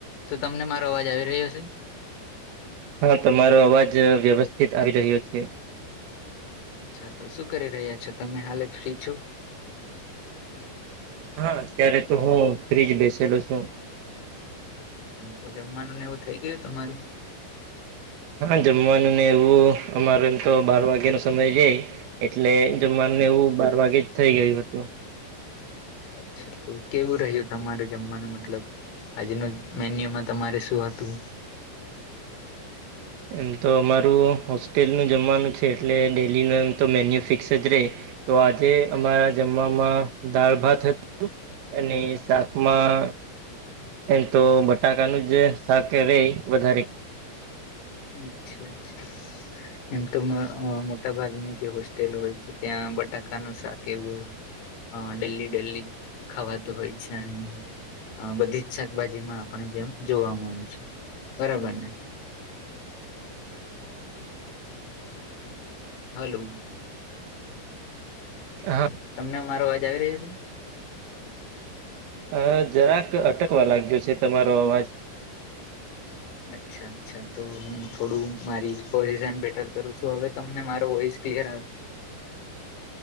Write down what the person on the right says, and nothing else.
હા તમારો અવાજ વ્યવસ્થિત આવી રહ્યો છે.
હા ત્યારે તો હું ફ્રીજ બેસેલો છું.
હા જમવાનું ને એવું અમારે એમ તો બાર વાગ્યાનો સમય રેય. એટલે જમવાનું એવું બાર વાગે જ થઈ ગયું. હતું
એમ તો અમારું હોસ્ટેલનું જમવાનું છે એટલે ડેઇલીનું એમ તો મેન્યુ ફિક્સ જ રેય. તો આજે અમારા જમવામાં દાળ ભાત હતું. અને શાકમાં એમ તો બટાકાનું જ શાક રેય વધારે.
હા
અ જરાક અટકવા લાગ્યો છે તમારો અવાજ.